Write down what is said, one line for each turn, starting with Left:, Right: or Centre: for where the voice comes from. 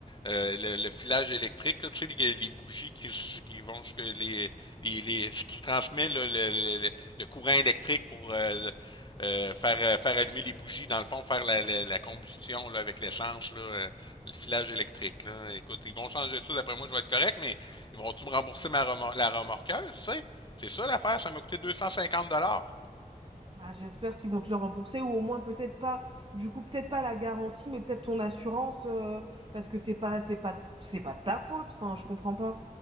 Left: euh, le, le filage électrique, là, tu sais, les, les bougies qui, s- qui vont jusque les, les, les- ce qui transmet là, le, le- le- le courant électrique pour euh, euh, faire, euh, faire allumer les bougies, dans le fond, faire la, la- la combustion là, avec l'essence, là, euh, le filage électrique. Là. Écoute, ils vont changer ça, d'après moi, je vais être correct, mais ils vont-tu me rembourser ma remor- la remorqueuse, tu sais? C'est ça l'affaire, ça m'a coûté 250 dollars.
Right: Bah, j'espère qu'ils vont te le rembourser ou au moins peut-être pas, du coup peut-être pas la garantie, mais peut-être ton assurance euh, parce que c'est pas, c'est pas, c'est pas de ta faute. Enfin, je comprends pas.